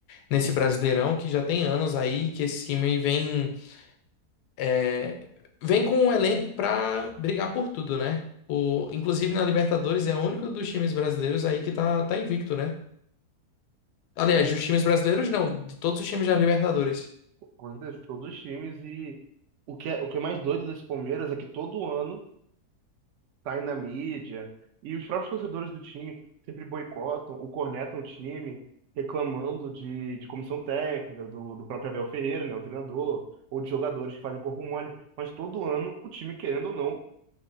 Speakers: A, on the left; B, on the right.
A: nesse Brasileirão que já tem anos aí que esse time vem é, vem com um elenco pra brigar por tudo, né? O, inclusive na Libertadores é o único dos times brasileiros aí que tá, tá invicto, né? Aliás,
B: O,
A: dos times brasileiros não, de todos os times da Libertadores.
B: com certeza, todos os times. E o que é, o que é mais doido desse Palmeiras é que todo ano tá aí na mídia, e os próprios torcedores do time sempre boicotam ou cornetam o time, reclamando de, de comissão técnica, do, do próprio Abel Ferreira, né, o treinador, ou de jogadores que fazem corpo mole. Mas todo ano o time, querendo ou não,